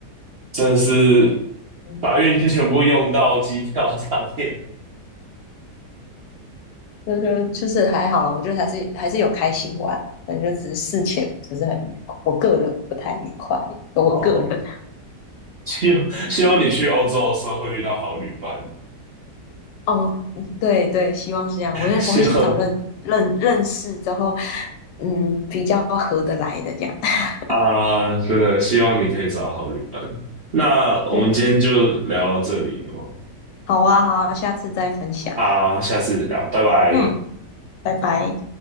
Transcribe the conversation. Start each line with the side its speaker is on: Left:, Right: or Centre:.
Right: 真的是
Left: 嗯，
Right: 把运气全部用到机票上面。
Left: 那就就是还好了，我觉得还是还是有开心玩啊，反正就只是事前不是很愉快，我个人不太愉快，我个人。
Right: 哦，希望希望你去欧洲的时候会遇到好旅伴，
Left: 嗯，哦，对对，希望是这样。
Right: <laughs>
Left: 我会我会先找认认认识之后，
Right: 希望。
Left: 嗯，比较合得来的这样。<laughs>
Right: 啊，真的希望你可以找到好旅伴。那我们今天就聊到这里哦，
Left: 对，好啊，好啊，下次再分享。
Right: 好，下次聊，拜拜。
Left: 嗯，拜拜。